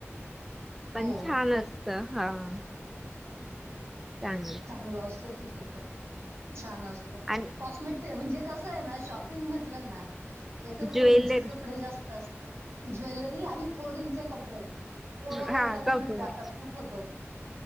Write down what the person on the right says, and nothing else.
हो.
चांगलं असतो तिथे पण छान असत.
कॉस्मेट म्हणजे कसं आहे ना शॉपिंग म्हटलं ना! एक तर
पोरींचेच कपडे जास्त असतात ज्वेलरी आणि पोरींचे कपडे. पोरं वैतागूनच
जातात कुठं पण